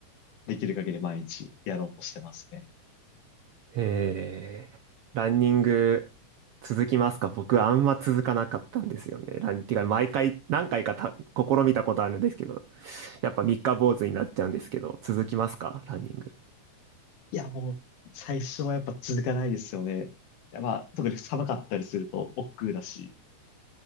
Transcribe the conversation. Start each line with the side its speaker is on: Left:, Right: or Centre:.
Left: できる限り毎日やろうとしてますね。
Right: えーランニング続きますか僕、あんま続かなかったんですよね。ラン、てか、毎回、何回かた試みたことあるんですけど、やっぱ三日坊主になっちゃうんですけど、続きますかランニング。
Left: いや、もう、最初はやっぱ続かないですよね。まあ、特に寒かったりすると億劫だし、